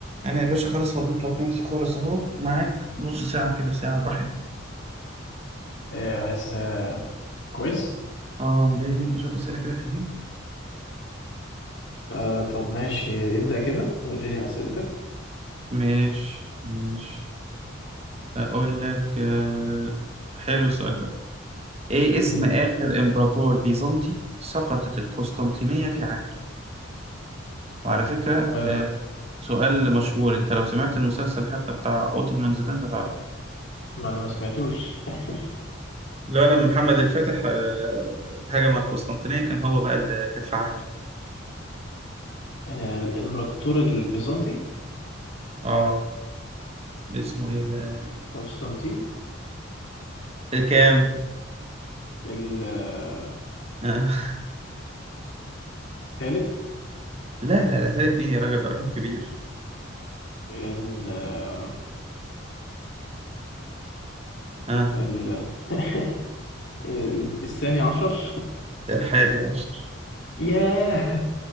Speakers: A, on the right; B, on the left.
A: انا يا باشا خلاص فضيت لك نفسي خالص اهو معاك نص ساعه كده ساعه براحتنا
B: إيه عايز آه، كويز
A: اه مجهز انت شويه اسئله كده حلوين
B: آه طب ماشي ابدأ كده واديني أسئلتك
A: ماشي ماشي اقول لك آه، حلو السؤال ده ايه اسم
B: مم.
A: اخر امبراطور بيزنطي سقطت القسطنطينيه في عهده وعلى فكره
B: آه
A: آه، سؤال مشهور انت لو سمعت المسلسل حتى بتاع اوتومانز ده انت تعرفه
B: ما أنا ما سمعتوش <laughs>
A: لا لما محمد الفاتح آه، هجم على القسطنطينيه كان هو بقى اللي كانت في عهده
B: آه الإمبراطور البيزنطي
A: اه اسمه ايه بقى
B: قسطنطين
A: الكام
B: ال- آه،
A: <laughs>
B: الثالث
A: لا لا لا تالت مين يا راجل ده رقم كبير
B: ال- آه،
A: اه
B: ال- <laughs> ال- الثاني عشر <laughs>
A: ده الحادي عشر
B: ياه